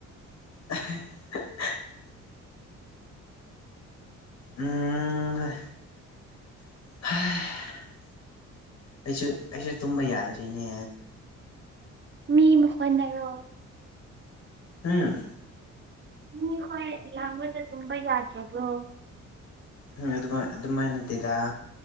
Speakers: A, on the left; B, on the right.
A: <unintelligible> ꯎꯝ ꯍꯥ ꯑꯩꯁꯨ ꯑꯩꯁꯨ ꯇꯨꯝꯕ ꯌꯥꯗ꯭ꯔꯤꯅꯦ
B: ꯃꯤ ꯃꯈꯣꯏꯗꯔꯣ
A: ꯍꯨꯝ
B: ꯃꯤ ꯈꯣꯏ ꯂꯥꯡꯕꯗ ꯇꯨꯕ ꯌꯥꯗ꯭ꯔꯕ꯭ꯔꯣ
A: ꯎ ꯑꯗꯨꯃꯥꯏ ꯑꯗꯨꯃꯥꯏꯟ ꯅꯠꯇꯦꯗ